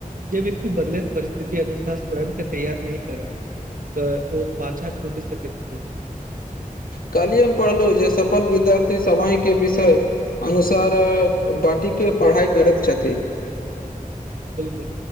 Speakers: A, on the right (about 65°); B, on the left (about 80°).
A: जे व्यक्ति बदलैत परिस्थिति अनुसार स्वयं के तैयार नैह करैत। तऽ ओ पाछा छूटि सकैत छै।
B: कार्बी हम पढ़लु जे सफल विद्यार्थी समय के विषय। अनुसार बाटी के पढ़ाई करैत छथि।
A: बिलकुल